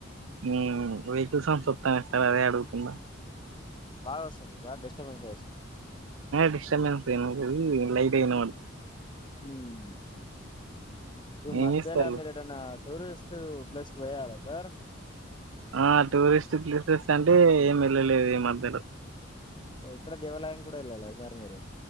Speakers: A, on the right; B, on the left.
A: ఉమ్ వెహికల్ సౌండ్స్ వస్తున్నాయి సార్ అదే అడుగుతున్న
B: బాగా వస్తుందా సార్ డిస్టర్బెన్స్
A: డిస్టర్బెన్స్ ఏం లేదు లైట్ గా వినబడు
B: అమ్ ఈ
A: ఏం
B: మధ్యల
A: చేస్తారు
B: మీరేడన్న టూరిస్ట్ ప్లేస్ పోయారా సార్
A: ఆ టూరిస్ట్ ప్లేసెస్ అంటే ఏం వెళ్లలేదు ఈ మధ్యలో
B: ఇక్కడ దేవాలయం కూడా వెళ్ళాలా సార్ మీరు